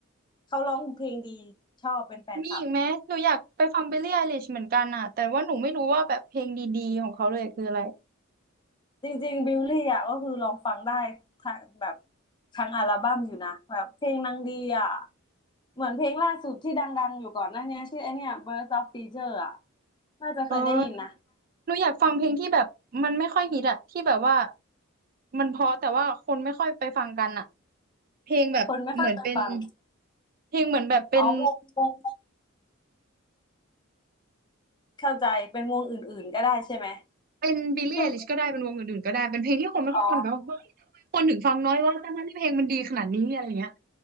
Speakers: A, on the left (about 20°); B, on the right (about 45°).
A: เขาร้องเพลงดีชอบเป็นแฟนคลับ
B: มีอีกไหมหนูอยากไปฟัง b i l l ี่ไ i l i s h เหมือนกันอ่ะแต่ว่าหนูไม่รู้ว่าแบบเพลงดีๆของเขาเลยคืออะไร
A: จริงๆบิลลี่อ่ะก็คือลองฟังได้ทั้งแบบทั้งอัลบั้มอยู่นะแบบเพลงนางดีอ่ะเหมือนเพลงล่าสุดที่ดังๆอยู่ก่อนหน้าเนี้ยชื่อไอเนี่ย Birds of Feather อ่ะน่าจะเคยได้ยินนะ
B: เออหนูอยากฟังเพลงที่แบบมันไม่ค่อยฮิตอะที่แบบว่ามันเพราะแต่ว่าคนไม่ค่อยไปฟังกันอะเพลงแบบเหมือนเป็น
A: คนไม่ค่อยจะฟัง
B: เพลงเหมือนแบบเป็น
A: อ๋อวงวงเข้าใจเป็นวงอื่นๆก็ได้ใช่ไหม
B: เป็นบิลลี่ไอลิชก็ได้เป็นวงอื่นๆก็ได้เป็นเพลงที่คนไม่ค่อยฟังแต่ว่าเฮ้ยทำไมคนถึงฟังน้อยวะทั้งๆที่เพลงมันดีขนาดนี้อะไรเงี้ย
A: คืออ๋อ